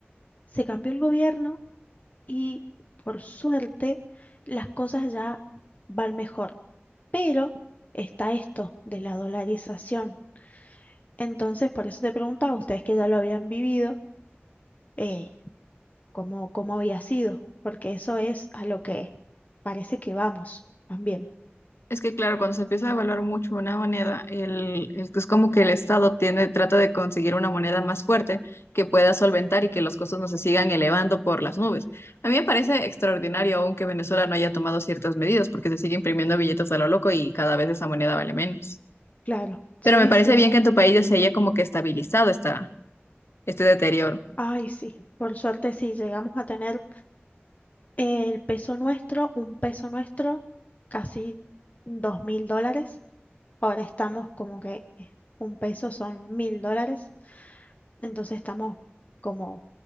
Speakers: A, on the left; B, on the left.
A: Se cambió el gobierno y por suerte las cosas ya van mejor. Pero está esto de la dolarización. Entonces, por eso te preguntaba, ustedes que ya lo habían vivido, eh, ¿cómo, cómo había sido? Porque eso es a lo que parece que vamos también.
B: Es que claro, cuando se empieza a evaluar mucho una moneda, el, el- es como que el Estado tiene, trata de conseguir una moneda más fuerte que pueda solventar y que los costos no se sigan elevando por las nubes. A mí me parece extraordinario aún que Venezuela no haya tomado ciertas medidas porque se sigue imprimiendo billetes a lo loco y cada vez esa moneda vale menos.
A: Claro, sí,
B: Pero me parece
A: sí.
B: bien que en tu país ya se haya como que estabilizado esta, este deterioro.
A: Ay, sí. Por suerte sí, llegamos a tener el peso nuestro, un peso nuestro, casi dos mil dólares. Ahora estamos como que eh, un peso son mil dólares, entonces estamos como